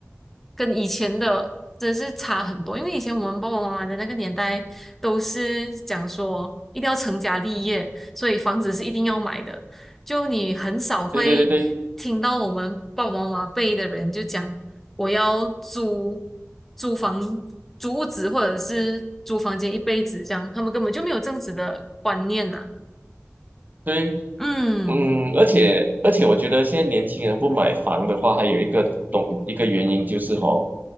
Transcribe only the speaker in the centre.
跟以前的真是差很多。因为以前我们爸爸妈妈的那个年代，都是讲说一定要成家立业，所以房子是一定要买的。就你很少会听到我们爸爸妈妈辈的人就讲我要租
租房、租屋子或者是租房间一辈子这样，他们根本就没有这样子的观念呐、
嗯，